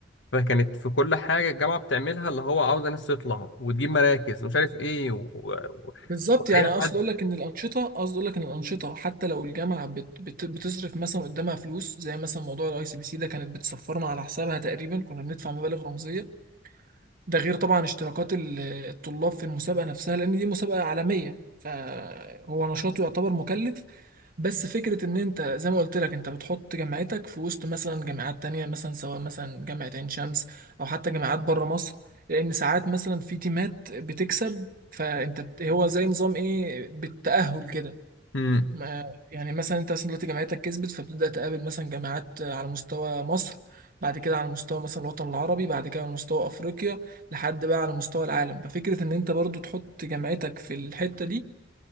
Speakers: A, on the left; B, on the right.
A: فكانت في كل حاجة الجامعة بتعملها اللي هو عاوزة ناس تطلع وتجيب مراكز ومش عارف ايه و... و...
B: بالظبط
A: وأي
B: يعني اقصد
A: حد
B: اقول لك ان الأنشطة اقصد اقول لك ان الأنشطة حتى لو الجامعة بت بت بتصرف مثلا قدامها فلوس زي مثلا موضوع الاي سي بي سي ده كانت بتسفرنا على حسابها تقريبا كنا بندفع مبالغ رمزية ده غير طبعا اشتراكات ال- الطلاب في المسابقة نفسها لأن دي مسابقة عالمية فهو نشاطه يعتبر مكلف بس فكرة إن أنت زي ما قلت لك أنت بتحط جامعتك في وسط مثلا جامعات تانية مثلا سواء مثلا جامعة عين شمس أو حتى جامعات بره مصر لأن ساعات مثلا في تيمات بتكسب فأنت بت- هو زي نظام إيه بالتأهل كده
A: امم
B: ما يعني مثلا انت مثلا دلوقتي جامعتك كسبت فبتبدأ تقابل مثلا جامعات على مستوى مصر بعد كده على مستوى مثلا الوطن العربي بعد كده على مستوى افريقيا لحد بقى على مستوى العالم ففكرة ان انت برضو تحط جامعتك في الحتة دي